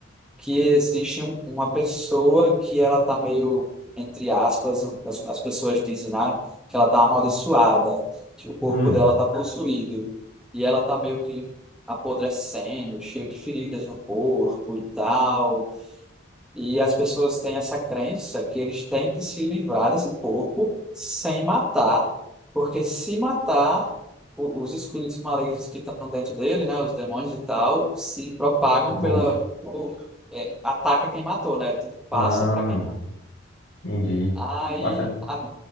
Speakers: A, in the centre; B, on the left (about 85°).
A: que existe um- uma pessoa que ela tá meio, entre aspas, as, as pessoas dizem, né, que ela tá amaldiçoada, que o corpo
B: hum,
A: dela tá possuído, e ela tá meio que apodrecendo, cheio de feridas no corpo e tal. E as pessoas têm essa crença que eles têm que se livrar desse corpo sem matar, porque se matar, o- os espíritos malignos que estão dentro dele, né, os demônios e tal, se propagam
B: bons.
A: pela. é, ataca quem matou, né? Tipo,
B: Ah,
A: passa para quem matou.
B: entendi.
A: Aí
B: Bacana.
A: a-